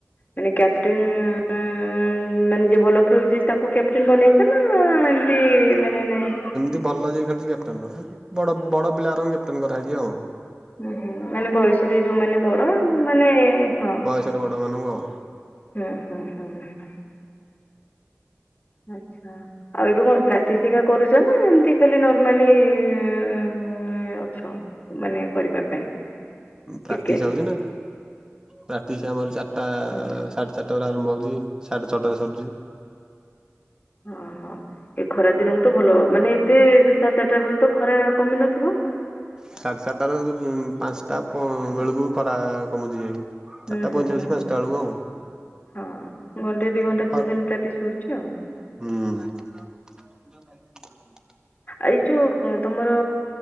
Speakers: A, on the left; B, on the right.
A: ମାନେ କ୍ୟାପଟେନ୍ ଉଁ ଉଁ ମାନେ ଯିଏ ଭଲ ଖେଳୁଛି ତାକୁ କ୍ୟାପଟେନ୍ ବନେଇଛ ନା ଏମିତି ମାନେ ନାଇଁ
B: ତି ଭଲ ଯାଏ ଖେଳଛି କ୍ୟାପଟେନ୍ ନୁହଁ ବଡ ବଡ ପିଲା ଗୁରାଙ୍କୁ କ୍ୟାପଟେନ୍ କରାହେଇଛି ଆଉ।
A: ହୁଁ ହୁଁ ମାନେ ବୟସରେ ଯୋଉମାନେ ବଡ ଯୋଉମାନେ ହଁ।
B: <unintelligible> ବଡ଼ ମାନଙ୍କୁ ଆଉ।
A: ହୁଁ ହୁଁ ହୁଁ ହୁଁ। ଆଚ୍ଛା। ଆଉ ଏବେ କଣ ପ୍ରାଟିସ୍ ହେକା କରୁଚ ନା ଏମିତି ଖାଲି ନର୍ମାଲି। <unintelligible> ଏଁ ଅଛ ମାନେ କରିବା ପାଇଁ କ୍ରିକେଟ୍?
B: ପ୍ରାଟିସ୍ ହୋଉଚି ନା। ପ୍ରାଟିସ୍ ଆମର ଚାରଟା
A: ହଁ।
B: ସାଢେ ଚାରଟା ପରେ ଆରମ୍ଭ ହୋଉଚି ସାଢେ ଛଅଟାରେ ସରୁଛି।
A: ଅଃ ଏ ଖରା ଦିନକୁ ତ ଭଲ ମାନେ ଏତେ <unintelligible> ଚାରଟା ବେଳୁକୁ ତ ଖରା କମି ନଥିବ।
B: ସାଢ଼ ଚାରଟାରେ <unintelligible> ପାନ୍ସଟା ପ ବେଳୁକୁ ଖରା କମୁଚି ଯାଇଁକି। ଚାରଟା
A: ହୁଁ ହୁଁ
B: ପଇଁଚାଳିଶ
A: ହୁଁ।
B: ପାଞ୍ଚଟା ଆଳୁକୁ ଆଉ।
A: ହଁ ଘଣ୍ଟେ ଦି ଘଣ୍ଟା
B: <unintelligible>
A: ସବୁଦିନ ପ୍ରାକ୍ଟିସ୍ ହଉଛି ଆଉ।
B: ହୁଁ। <unintelligible>
A: ଆଇ ଯୋଉ ଉଁ ତମର